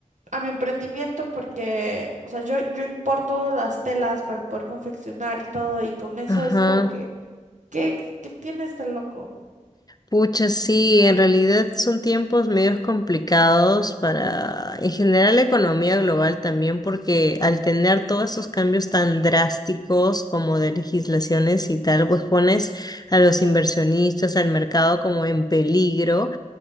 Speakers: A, on the right; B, on the left.
A: a mi emprendimiento, porque, o sea, yo, yo importo las telas para poder confeccionar y todo, y con eso
B: ajá.
A: es como que, ¿qué, qué tiene este loco?
B: Pucha, sí, en realidad son tiempos medios complicados para, en general, la economía global también, porque al tener todos estos cambios tan drásticos como de legislaciones y tal, pues pones a los inversionistas, al mercado como en peligro.